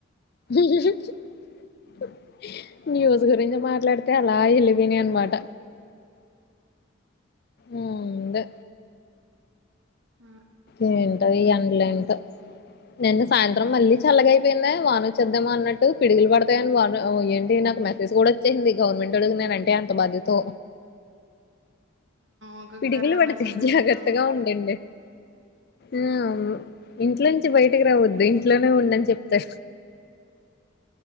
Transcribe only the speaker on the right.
ఆ
ఒక్కొక్కసారి
మెసేజ్ పెట్టేత్తా
ఉంటాడు